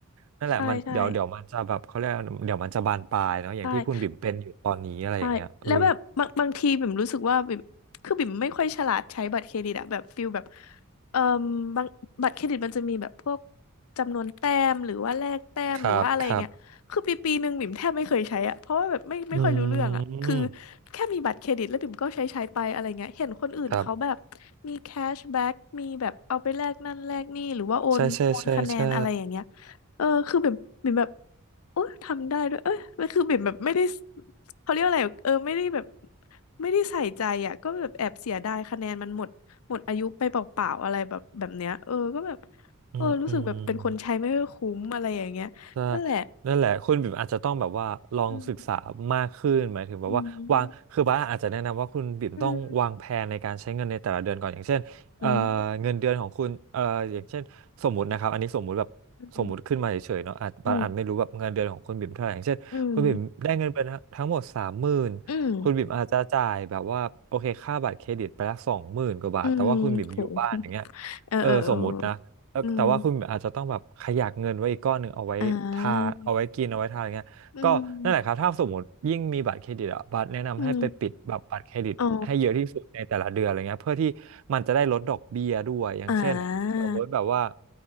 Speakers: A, on the right (about 70°); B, on the left (about 80°).
A: นั่นแหละมันเดี๋ยวเดี๋ยวมันจะแบบเขาเรียกว่าเดี๋ยวมันจะบานปลายเนาะอย่างที่คุณบิ่มเป็นอยู่ตอนนี้อะไรอย่างเงี้ยเออ
B: ใช่ใช่ใช่ ใช่แล้วแบบบางบางทีบิ่มรู้สึกว่าบิ่มคือบิ่มไม่ค่อยฉลาดใช้บัตรเครดิตอะแบบฟิลแบบเอ่มบางบัตรเครดิตมันจะมีแบบพวกจำนวนแต้มหรือว่าแลกแต้มหรือว่าอะไรอย่างเงี้ยคือปีปีหนึ่งบิ่มแทบไม่เคยใช้อะเพราะว่าแบบไม่ไม่ค่อยรู้เรื่องอะคือ
A: ครับครับอืม
B: แค่มีบัตรเครดิตแล้วบิ่มก็ใช้ใช้ไปอะไรเงี้ยเห็นคนอื่นเขาแบบ
A: ครับ
B: มีแคชแบ็กมีแบบเอาไปแลกนั่นแลกนี่หรือว่าโอนโอนคะแนนอะไรอย่างเงี้ย
A: ใช่ใช่ใช่ใช่
B: เออคือแบบบิ่มแบบโอ๊ยทำได้ด้วยเอ้ยแล้วคือบิ่มแบบไม่ได้เขาเรียกว่าอะไรเออไม่ได้แบบไม่ได้ใส่ใจอ่ะก็แบบแอบเสียดายคะแนนมันหมดหมดอายุไปเปล่าๆอะไรแบบแบบเนี้ยเออก็แบบ
A: อืมอืม
B: เออรู้สึกแบบเป็นคนใช้ไม่ค่อยคุ้มอะไรอย่างเงี้ยนั่นแหละ
A: ใช่นั่นแหละคุณบิ่มอาจจะต้องแบบว่าลองศึกษามากขึ้นหมายถึงแบบว่าวางคือบ้าสอาจจะแนะนำว่าคุณบิ่มต้องวางแผนในการใช้เงินในแต่ละเดือนก่อนอย่างเช่นเอ่อ
B: อืมอืมอืมอืม
A: เงินเดือนของคุณเอ่ออย่างเช่นสมมตินะครับอันนี้สมมุติแบบสมมุติขึ้นมาเฉยๆเนาะอาจบาสอาจไม่รู้แบบเงินเดือนของคุณบิ่มเท่าไหร่อย่างเช่นคุณบิ่มได้เงินเดือนทั้งหมดสามหมื่น
B: อืมอืมอืมอืม
A: คุณบิ่มอาจจะจ่ายแบบว่าโอเคค่าบัตรเครดิตไปละสองหมื่นกว่าบาทแต่ว่าคุณบิ่มอยู่บ้านอย่างเงี้ย
B: อืมอืมโหเออเออเออ
A: เออสมมตินะ เออแต่ว่าคุณอาจจะต้องแบบขยักเงินไว้อีกก้อนหนึ่งเอาไว้ทาเอาไว้กินเอาไว้ทาอะไรเงี้ยก็นั่นแหละครับถ้าสมมติยิ่งมีบัตรเครดิตอะบัตรแนะนำให้ไปปิดแบบบัตรเครดิตให้เยอะที่สุดในแต่ละเดือนอะไรเงี้ยเพื่อที่มันจะได้ลดดอกเบี้ยด้วยอย่างเช่นสมมติแบบว่า
B: อืมอ่าอืมอืม อ๋ออ่า